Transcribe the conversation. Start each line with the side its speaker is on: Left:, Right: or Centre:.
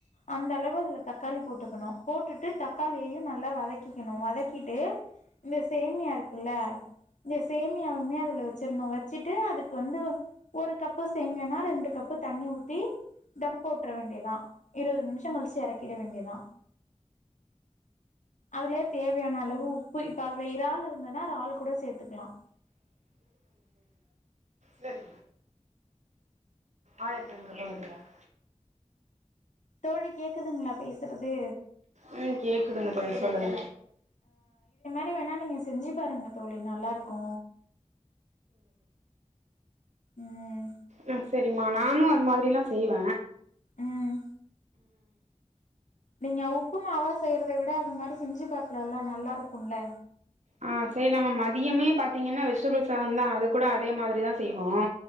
Left: அந்த அளவு அதுல தக்காளி போட்டுக்கணு போட்டுட்டு தக்காளியையு நல்லா வதக்கிக்கணு வதக்கிட்டு இந்த சேமியா இருக்குல்ல இந்த சேமியாவுமே அதுல வச்சிர்ணு வச்சுட்டு அதுக்கு வந்து ஒ ஒரு கப்பு சேம்யானா ரெண்டு கப்பு தண்ணி ஊத்தி டம் போட்டுற வேண்டிதா இருவது நிமிஷங்கழச்சு இறக்கிட வேண்டிதா அதுலயே தேவையான அளவு உப் பு இப்ப அதுல இரால் இருந்ததுனா ரால் கூட சேத்துக்கலா
Right: சரி ஆயிரத்தி ஐநூறு ரூபா <inaudible>
Left: தோழி கேக்குதுங்ளா பேசறது
Right: உம் கேக்குதுங்க தோழி சொல்லுங்க
Left: து வேணா நீங்க செஞ்சு பாருங்க தோழி நல்லா இருக்கோ உம்
Right: உம் செரிமா நானு அது மாதிரில செய்வ
Left: ம் நீங்க உப்பு மாவா செய்யறத விட அது மாரி செஞ்சு பாக்கலால்ல நல்லாருக்குல
Right: ஆ செய்லாமா மதியமே பாத்தீங்கனா வெஜிடபிள் சாததா அது கூட அதே மாரிதா செய்வோ